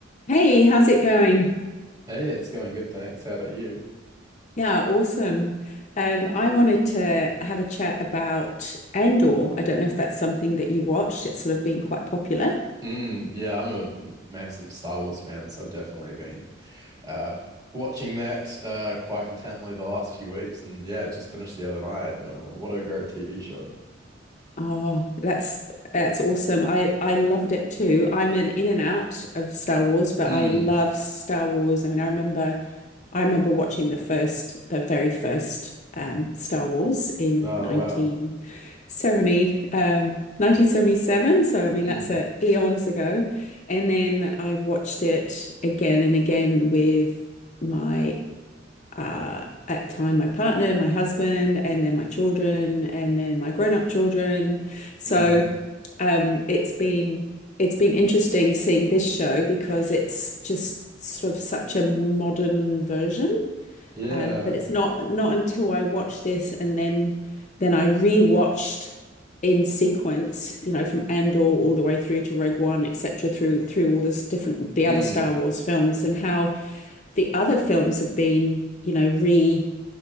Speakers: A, on the left; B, on the right.
A: Hey, how's it going?
B: Hey, it's going good, thanks. How about you?
A: Yeah, awesome. Um, I wanted to have a chat about Andor. I don't know if that's something that you've watched. It's sort of been quite popular.
B: Mm, yeah, I'm a a massive Star Wars fan, so I've definitely been uh watching that uh quite intently the last few weeks and yeah, it just finished the other night. And uh, what a great TV show.
A: Oh, that's that's awesome. I I loved it too. I'm an in and out of Star Wars, but
B: Mm.
A: I love Star Wars. I mean, I remember I remember watching the first the very first um Star Wars in
B: Oh
A: 1970
B: wow.
A: um 1977. So I mean,
B: Mm.
A: that's uh, eons ago. And then I've watched it again and again with my uh, at time my partner, my husband, and then my children, and then my grown-up children. So
B: Mm.
A: um, it's been it's been interesting seeing this show because it's just sort of such a modern version
B: Yeah.
A: um, but it's not not until I watched this and then then I rewatched in sequence, you know, from Andor all the way through to Rogue One, etc., through through all this different the
B: Mm.
A: other Star Wars films and how the other films have been, you know, re